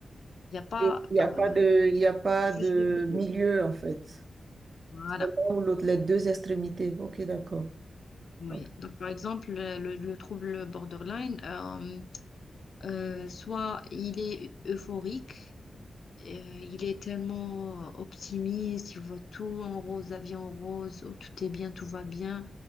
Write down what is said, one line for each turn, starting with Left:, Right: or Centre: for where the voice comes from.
Left: Il n'y a pas
Right: Et il n'y
Left: euh,
Right: a pas de, il y a pas
Left: juste
Right: de
Left: milieu.
Right: milieu en fait.
Left: Voilà.
Right: C'est l'un ou l'autre, les deux extrémités. Ok, d'accord.
Left: Oui,
Right: Ok.
Left: donc par exemple, le, le- le trouble borderline, euh, euh, soit il est euphorique, euh, il est tellement optimiste, il voit tout en rose, la vie en rose, oh, tout est bien, tout va bien,